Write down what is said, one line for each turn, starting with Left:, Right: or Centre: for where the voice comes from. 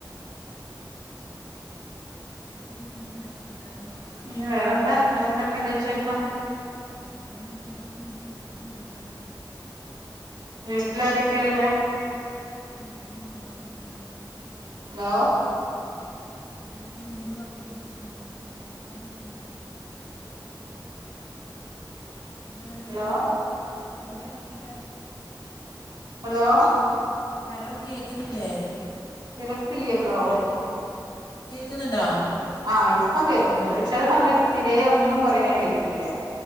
Left: പണി കൊറേണ്ട് അടിച്ചു വാരാനും തുടക്കാനും
Right: ഇനി വേറെന്താ വേറെന്തൊക്കെ ഉണ്ട് വിശേഷം
Left: അടിക്കാനും തുടക്കാനക്കെ ഇണ്ട് അത്നൊക്കെ എറങ്ങണത്രെ <unintelligible>
Right: വീട്ടിലാരൊക്കെയൊള്ളേ
Left: വീട്ടിൽ ഉമ്മ വാപ്പ അനിയത്തി
Right: ഹലോ
Left: അങ്ങാംണ്ട <inaudible> വീട്ടിൽ ഉമ്മയും വാപ്പയും അനിയത്തി മൂന്ന് മക്കൾ ഉണ്ട് നിങ്ങളെ വീട്ടിലോ അവിടെ ആറെക്കില്ലാ
Right: ഹലോ
Left: അവിടെ ആറെക്കില്ലാ
Right: ഹലോ
Left: ഹലോ കേക്കുന്നില്ലേ
Right: കേൾക്കില്ലല്ലോ
Left: കേൾക്കുന്നുണ്ടോ
Right: ആഹ് ഇപ്പം കേൾകുന്നുണ്ട് ചില സമയത്ത് തീരെ ഒന്നും പറയുന്ന കേൾക്കില്ല